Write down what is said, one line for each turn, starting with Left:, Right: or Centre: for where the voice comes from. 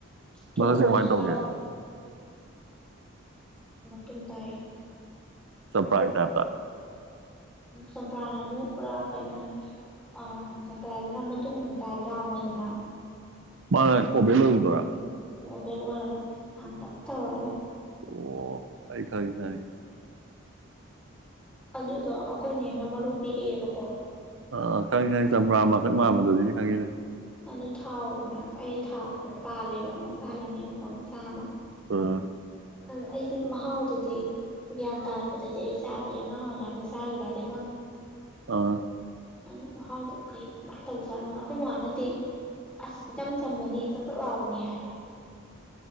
Centre: ꯊꯣꯡꯉꯒꯁꯨ
Right: ꯃꯁꯛꯁꯦ ꯀꯃꯥꯏꯅ ꯇꯧꯒꯦ
Centre: ꯆꯥꯗꯕ ꯀꯨꯝ ꯇꯥꯏ
Right: ꯆꯄ ꯊꯥ ꯇ
Centre: ꯁꯄ꯭ꯔꯥꯅ ꯑꯃꯨ ꯄꯨꯔꯥ ꯀꯩꯅꯣ ꯑꯥ ꯆꯝꯄ꯭ꯔꯥꯁꯤꯅ ꯃꯇꯨꯡ ꯇꯥꯏꯕ꯭ꯔꯥ ꯃꯣꯏꯗꯅ
Right: ꯃꯥ ꯀꯣꯕꯂꯣꯁꯨꯗꯔꯥ
Centre: ꯐꯦꯟ ꯑꯣꯏꯔ ꯑꯒꯝ ꯇꯒꯅꯦ
Right: ꯑꯣ ꯑꯩ ꯈꯟꯒꯦ ꯈꯟꯒꯦ
Centre: ꯑꯗꯨꯗꯣ ꯑꯩꯈꯣꯏꯅ ꯍꯦꯟꯅ ꯃꯔꯨ ꯄꯤꯔꯛꯑꯦꯕꯀꯣ
Right: ꯑ ꯈꯪ ꯈꯪ ꯆꯝꯄ꯭ꯔꯥ ꯃꯊꯛ ꯃꯕꯗꯨꯗꯤ ꯈꯟꯒꯦꯅꯦ
Centre: ꯑꯗꯨ ꯊꯥꯎꯑꯣꯅꯥ ꯑꯩ ꯊꯥꯕꯀꯣ ꯄꯥꯜꯂꯦꯕ ꯑꯃ ꯄꯥꯜꯂꯝꯃꯦꯕ ꯀꯣ ꯃꯆꯥ ꯑꯃ
Right: ꯑꯝ
Centre: ꯑ ꯑꯩꯗꯤ ꯃꯍꯥꯎꯗꯨꯗꯤ ꯒ꯭ꯌꯥꯟ ꯇꯥꯔꯛꯄꯗꯗꯤ ꯑꯩ ꯆꯥꯗ꯭ꯔꯤ ꯑꯉꯥꯡ ꯑꯣꯏꯔꯀꯥꯟꯗ ꯆꯥꯈꯤꯕ ꯍꯥꯏꯗꯤ
Right: ꯑꯥ
Centre: ꯑꯗꯨ ꯃꯍꯥꯎꯗꯣ ꯀꯩ ꯀꯃꯥꯏꯅ ꯇꯧꯖꯥꯠꯅꯣꯅ ꯅꯈꯣꯏ ꯃꯃꯥꯟꯅꯗꯤ ꯑꯁ ꯏꯆꯝ ꯆꯝꯕꯅꯤ ꯆꯥꯛ ꯆꯥꯛ ꯂꯥꯎꯕꯅꯤ ꯍꯥꯏ